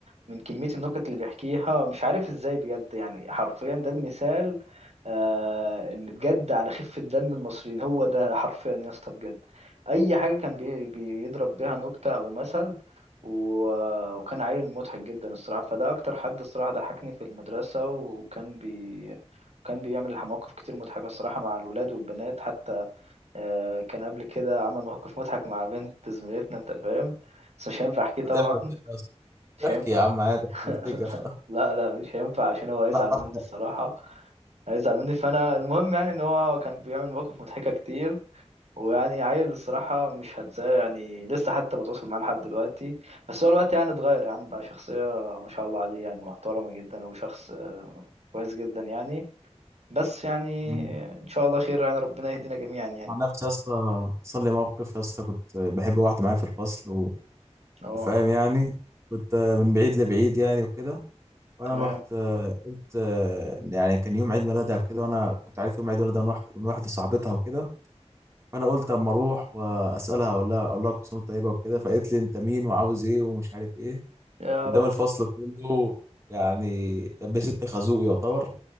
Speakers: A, on the right; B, on the right.
A: من كمية النكت اللي بيحكيها مش عارف ازاي بجد يعني حرفيا ده المثال آه اللي بجد على خفة دم المصريين هو ده حرفيا يا اسطى بجد أي حاجة كان بي بيضرب بيها نكتة أو مثل و- آه، وكان عيل مضحك جدا الصراحة فده أكتر حد الصراحة ضحكني في المدرسة وكان بي كان بيعمل مواقف كتير مضحكة الصراحة مع الولاد والبنات حتى آه كان قبل كده عمل موقف مضحك مع بنت زميلتنا أنت فاهم بس مش هينفع أحكيه طبعا
B: هتحكي كده يا اسطى
A: مش
B: احكي
A: هينفع
B: يا عم عادي
A: <laughs>
B: بفتكر <laughs>
A: لا لا مش هينفع عشان هو هيزعل
B: بح- بحكي
A: مني الصراحة هيزعل مني فأنا المهم يعني إن هو كان بيعمل مواقف مضحكة كتير ويعني عيل الصراحة مش هنساه يعني لسه حتى بتواصل معاه لحد دلوقتي بس هو الوقت يعني اتغير يا عم بقى شخصية ما شاء الله عليه يعني محترمة جدا وشخص آه، كويس جدا يعني بس يعني
B: مم.
A: إن شاء الله خير يعني ربنا يهدينا جميعا يعني
B: عن نفسي يا اسطى حصل لي موقف يا اسطى كنت بحب واحده معايا في الفصل و...
A: اه
B: وفاهم يعني كنت من بعيد لبعيد يعني وكده فانا
A: تمام
B: رحت آه، قلت آه، يعني كان يوم عيد ميلادها وكده وانا كنت عارف يوم عيد ميلادها من واحده من واحده صاحبتها وكده فانا قلت اما اروح واسالها اقول لها اقول لها كل سنه وأنت طيبه وكده فقالت لي انت مين وعاوز ايه ومش عارف ايه
A: يا
B: قدام
A: رب
B: الفصل كله يعني لبستني خازوق يعتبر